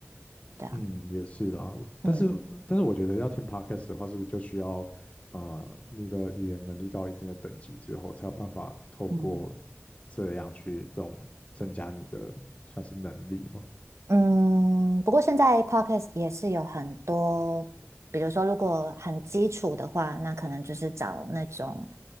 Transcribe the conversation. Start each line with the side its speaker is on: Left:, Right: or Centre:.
Right: 对啊，
Left: 嗯，也是啊。但是，
Right: 嗯
Left: 但是我觉得要听 podcast 的话，是不是就需要呃，你的语言能力到一定的等级之后，才有办法透过
Right: 嗯
Left: 这样去这种增加你的算是能力嘛？
Right: 嗯，不过现在 podcast 也是有很多，比如说如果很基础的话，那可能就是找那种